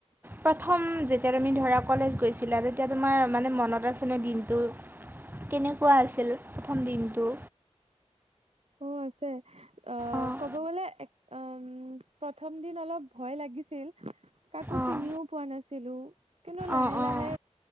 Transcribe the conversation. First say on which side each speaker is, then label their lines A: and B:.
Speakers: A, on the right (about 15°); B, on the right (about 60°).
A: প্ৰথম যেতিয়া তুমি ধৰা কলেজ গৈছিলা তেতিয়া তোমাৰ মানে ম নত আছেনে দিনটো কেনেকুৱা আছিল প্ৰথম দিনটো?
B: অ' আছে অ
A: অঁ
B: ক'ব গ'লে আ উম' প্ৰথম দিন অলপ ভয় লাগিছিল, কাকো
A: অঁ
B: চিনিও পোৱা নাছিলোঁ। কিন্তু লাহে
A: অঁ
B: লাহে
A: অঁ